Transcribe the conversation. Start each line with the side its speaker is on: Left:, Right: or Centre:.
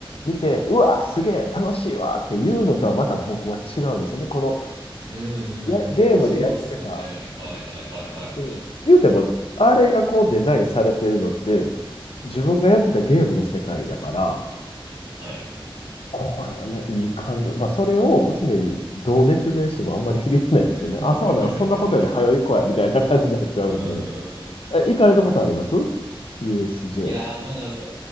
Left: 見て、
Right: はい。
Left: うわー、すげえ、楽しいわーっていうのとはまた僕は違うんですよね。この
Right: うんうんうんうん。
Left: や、ゲームでやってた。
Right: そうっすよね。はいはいはいはいはい。
Left: うん、言うても、あれがこうデザインされてるのって、自分がやってたゲームの世界だから、
Right: はい。
Left: これはな、いい感動。まあ、それを娘にどう熱弁してもあんまり響かないんですけどね。
Right: <laughs> うん
Left: あ、そうなん、そんなことより早い子や、みたいな感じになっちゃうんで。
Right: うんうん。
Left: え、行かれたことあります ?USJ。
Right: いやー、まだ、あの